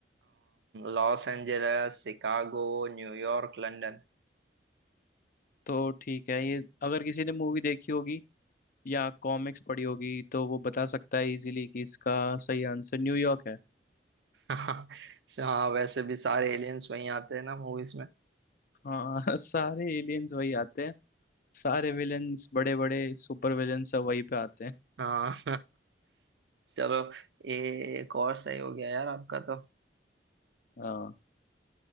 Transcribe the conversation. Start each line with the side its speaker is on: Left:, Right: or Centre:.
Right: Los Angeles Chicago New York London
Left: तो ठीक है ये अगर किसी ने मूवी देखी होगी या कॉमिक्स पढ़ी होगी तो वो बता सकता है इजीली कि इसका सही आंसर न्यूयॉर्क है
Right: हाँ हाँ, वैसे भी सारे एलियंस वहीं आते हैं ना मूवीज में
Left: हाँ <laughs> सारे एलियंस वही आते हैं सारे विलेंस बड़े बड़े सुपर विलेंस सब वहीं पे आते हैं
Right: हाँ चलो ये एक और सही हो गया यार आपका तो
Left: हाँ